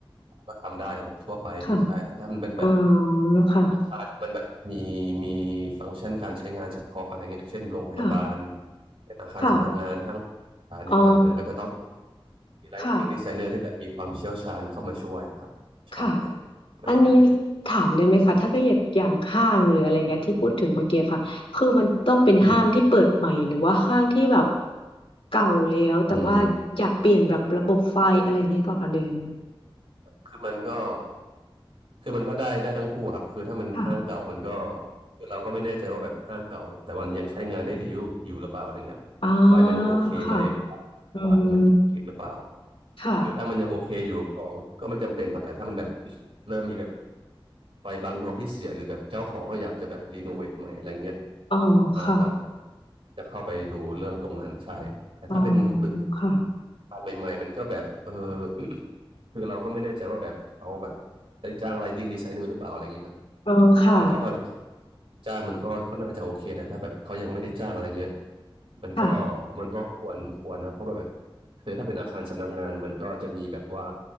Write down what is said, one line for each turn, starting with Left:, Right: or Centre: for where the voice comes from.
Right: ก็ทำได้แบบทั่วไปใช่แต่ถ้ามันเป็นแบบ
Left: ค่ะอ๋อค่ะ
Right: อาคารมันแบบมีมีฟังก์ชันการใช้งานเฉพาะอะไรเงี้ยเช่นโรงพยาบาล
Left: ค่ะ
Right: เช่นอาคารสำนักงานห้าง
Left: ค่ะ
Right: อาเนี่ยอ่ามันก็จะต้อง
Left: อ๋อ
Right: มี lighting
Left: ค่ะ
Right: designer ที่แบบมีความเชี่ยวชาญเข้ามาช่วยอะครับใช่
Left: ค่ะ
Right: มันก็จะเป็น
Left: อันนี้ถามได้ไหมคะถ้าเก็อยากอย่างห้างหรืออะไรเงี้ยที่พูดถึงเมื่อกี้ค่ะคือมันต้องเป็นห้างที่เปิดใหม่หรือว่าห้างที่แบบ
Right: อืม
Left: เก่าแล้วแต่ว่าอยากเปลี่ยนแบบระบบไฟอะไรเงี้ยเปล่าคะเลยงไง
Right: อืม คือมันก็คือมันก็ได้ได้ทั้งคู่ครับคือถ้ามันห้างเก่ามันก็
Left: ค่ะ
Right: คือเราก็ไม่แน่ใจว่าแบบห้างเก่าแต่มันยังใช้งานได้ดีอยู่อยู่หรือเปล่าอะไรเงี้ยครับไฟมันยังโอเคไหม
Left: อ่าค่ะอืม
Right: วางมันยังโอเคหรือเปล่า
Left: ค่ะ
Right: คือถ้ามันยังโอเคอยู่ก็ก็ไม่จำเป็นครับแต่ถ้ามันแบบเริ่มมีแบบไฟบางดวงที่เสียหรือแบบเจ้าของก็อยากจะแบบรีโนเวทใหม่อะไรเงี้ย
Left: อ๋อค่ะ
Right: อ่าเราจะเข้าไปดูเรื่องตรงนั้นใช่แต่ถ้าเป็นตึก
Left: อ๋อค่ะ
Right: การใหม่ๆมันก็แบบเออ <coughs> คือเราก็ไม่แน่ใจว่าแบบเอาแบบได้จ้าง lighting designer หรือเปล่าอะไรเงี้ยครับ
Left: อ๋อค่ะ
Right: คือถ้าเขาจ้างมันก็ก็น่าจะโอเคแต่ถ้าแบบเขายังไม่ได้จ้างอะไรเงี้ยมันก็มันก็ควรควรนะเพราะแบบ
Left: ค่ะ
Right: คือถ้าเป็นอาคารสำนักงานมันก็จะมีแบบว่า